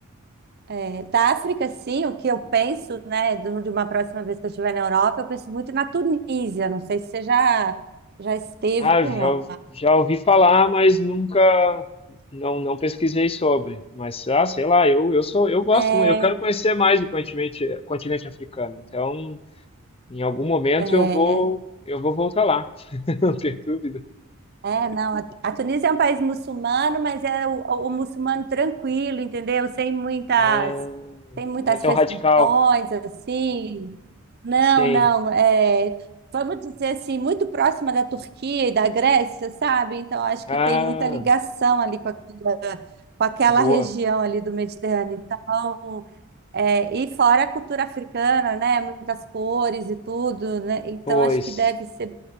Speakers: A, on the right; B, on the left.
A: É, da África, sim, o que eu penso, né, do- de uma próxima vez que eu estiver na Europa, eu penso muito na Tunísia. Não sei se você já, já esteve
B: Ah,
A: por
B: já,
A: lá.
B: ou- já ouvi falar, mas nunca não, não pesquisei sobre. Mas ah, sei lá, eu, eu sou eu gosto,
A: É,
B: muito, eu quero conhecer mais o continente, continente africano. Então, em algum momento
A: é.
B: eu vou eu vou voltar lá, <laughs> não tenho dúvida.
A: É, não, a a Tunísia é um país muçulmano, mas é o, o muçulmano tranquilo, entendeu? Sem muitas,
B: Ah,
A: sem muitas
B: não é tão
A: restrições,
B: radical.
A: assim. Não,
B: Sim.
A: não, é, vamos dizer assim, muito próxima da Turquia e da Grécia, sabe? Então, acho
B: Ah,
A: que tem muita ligação ali com aquela, com aquela
B: boa.
A: região ali do Mediterrâneo. Então, é, e fora a cultura africana, né? Muitas cores e tudo, né? Então,
B: Pois.
A: acho que deve ser